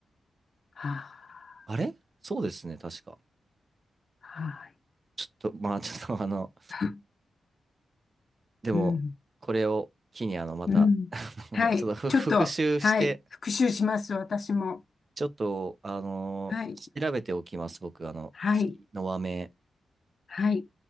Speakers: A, on the left (about 45°); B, on the right (about 35°).
A: はあ、
B: あれそうですね、確か。
A: はい。
B: ちょっと、まあ、ちょっと、あの、
A: <laughs>
B: でも、
A: うん。
B: これを機に、あの、また、
A: うん。
B: <laughs> あのちょっとふ復習して、
A: はい。ちょっと、はい。復習します。私も。
B: ちょっと、あの、
A: はい。
B: 調べておきます、僕、あの、
A: はい。
B: 月の和名。
A: はい。